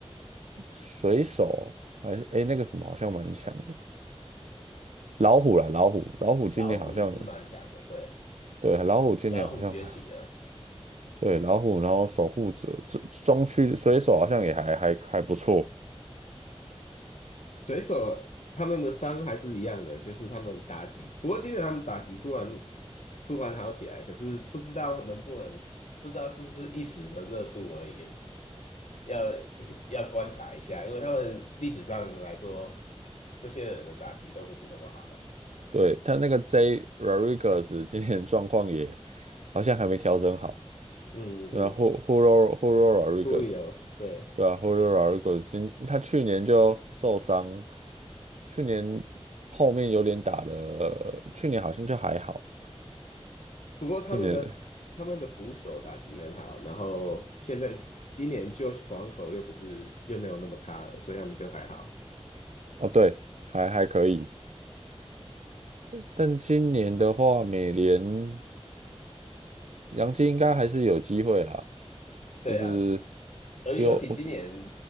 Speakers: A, on the right; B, on the left.
A: 水手还是诶那个什么好像蛮强的，老虎啦，老虎老虎今年好像
B: 老虎是蛮强的，对，
A: 对老虎今年好像。
B: 老虎崛起了。
A: 还。对，老虎，然后守护者，这中区水手好像也还还还不错。
B: 水手他们的伤还是一样的，就是他们打击。不过今天他们打击突然突然好起来，可是不知道能不能，不知道是不是一时的热度而已，要要观察一下，因为他们历史上来说，这些人的打击都不是那么好。
A: 对，他那个 J Rodriguez 今年状况也好像还没调整好。
B: 嗯嗯
A: 对啊，Hu r u o Hugo Rodriguez，
B: ，Julio，对。
A: 对啊，Hugo Rodriguez 今他去年就受伤，去年后面有点打的，去年好像就还好，
B: 不过他们的他们的捕手打击很好，
A: 去年
B: 然后现在今年 George p o a n c o 又不是又没有那么差了，所以他们就还好。
A: 哦对，还还可以。但今年的话，美联杨基应该还是有机会啦。
B: 对啊，
A: 就是
B: 而且尤其今年
A: 只有我只